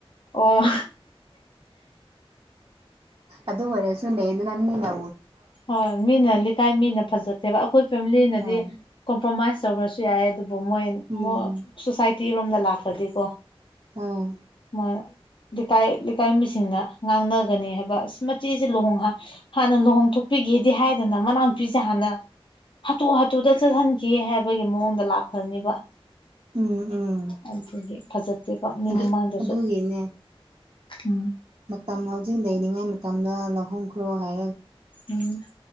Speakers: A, on the left (about 55°); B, on the right (about 50°).
A: ꯑꯣ
B: ꯑꯗꯨ ꯑꯣꯏꯁꯨ ꯂꯩꯌꯦꯗꯅ ꯃꯤ ꯎꯔ
A: ꯍꯣꯏ ꯃꯤꯅ ꯂꯩꯀꯥꯏ ꯃꯤꯅ ꯐꯖꯗꯦꯕ ꯑꯩꯈꯣꯏ ꯐꯦꯃꯤꯂꯤꯅꯗꯤ
B: ꯍꯣꯏ
A: ꯀꯣꯝꯄ꯭ꯔꯣꯃꯥꯏꯁ ꯇꯧꯔꯁꯨ ꯌꯥꯏ ꯑꯗꯨꯕꯨ ꯃꯣꯏ
B: ꯎꯝ
A: ꯁꯣꯁꯥꯏꯇꯤꯔꯣꯝꯗ ꯂꯥꯛꯄꯗꯤꯀꯣ
B: ꯑꯥ
A: ꯃꯥ ꯂꯩꯀꯥꯏ ꯂꯩꯀꯥꯏ ꯃꯤꯁꯤꯡꯅ ꯉꯥꯡꯅꯒꯅꯤ ꯍꯥꯏꯕ ꯑꯥ ꯃꯆꯦꯁꯦ ꯂꯨꯍꯣꯡ ꯍꯥꯟꯅ ꯂꯨꯍꯣꯡꯊꯣꯛ ꯄꯤꯒꯦꯗꯤ ꯍꯥꯏꯗꯅ ꯃꯅꯥꯎꯄꯤꯁꯦ ꯍꯥꯟꯅ ꯍꯥꯊꯨ ꯍꯥꯊꯨꯗ ꯆꯠꯍꯟꯈꯤꯌꯦ ꯍꯥꯏꯕꯒꯤ ꯃꯑꯣꯡꯗ ꯂꯥꯛꯈ꯭ꯔꯅꯤꯕ
B: ꯎꯝ ꯎꯝ
A: ꯑꯗꯨꯗꯒꯤ ꯐꯖꯗꯦꯕꯣ ꯃꯤ
B: ꯑꯗꯨ
A: ꯃꯃꯥꯡꯗꯁꯨ
B: ꯑꯗꯨꯒꯤꯅꯦ
A: ꯎꯝ
B: ꯃꯇꯝ ꯍꯧꯖꯤꯛ ꯂꯩꯔꯤꯉꯩ ꯃꯇꯝꯗ ꯂꯧꯍꯣꯡꯈ꯭ꯔꯣ ꯍꯥꯏ
A: ꯎꯝ